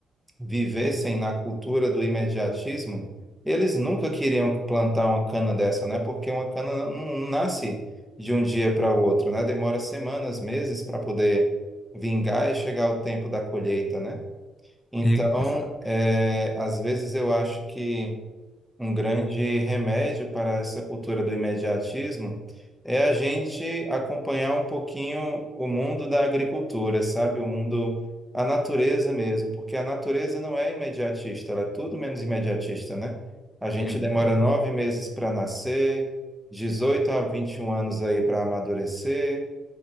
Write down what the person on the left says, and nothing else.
E- exa-
é,